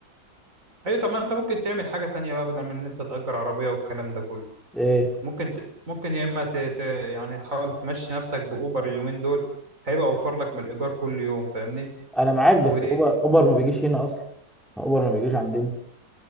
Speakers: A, on the right (about 45°); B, in the centre.
A: ايوه طب ما انت ممكن تعمل حاجة تانية بقى بدل من ان انت تأجر عربية والكلام ده كله
B: ايه
A: ممكن ت... ممكن يا اما ت... ت... يعني تحاول تمشي نفسك بأوبر اليومين دول هيبقى اوفر لك من الإيجار كل يوم فاهمني
B: انا معاك بس
A: و...
B: اوبر اوبر ما بيجيش هنا اصلا اوبر ما بيجيش عندنا